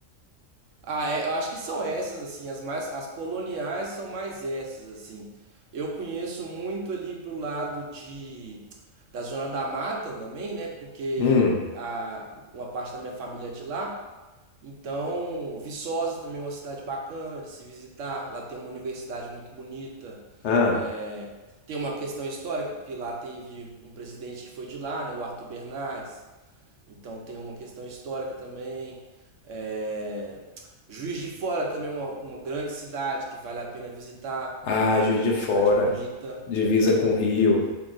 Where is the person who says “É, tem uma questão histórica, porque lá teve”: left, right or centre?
Right